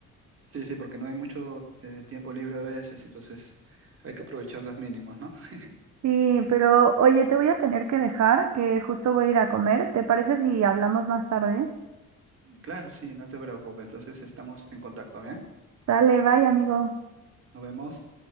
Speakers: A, on the right; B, on the right.
A: Sí, sí, porque no hay mucho eh, tiempo libre a veces, entonces hay que aprovechar las mínimas, ¿no? <laughs>
B: Sí, pero oye, te voy a tener que dejar, que justo voy a ir a comer. ¿Te parece si hablamos más tarde?
A: Claro, sí, no te preocupes. Entonces estamos en contacto, ¿bien?
B: Dale, bye, amigo.
A: Nos vemos.